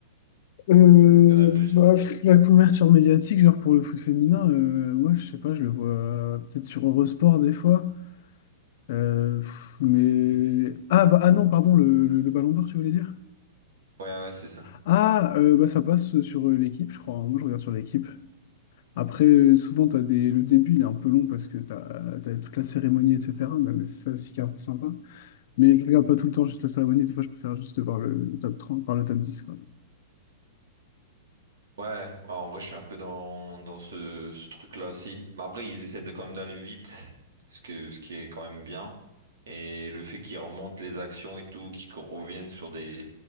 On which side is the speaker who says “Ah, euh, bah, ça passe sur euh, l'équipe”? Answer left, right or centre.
Left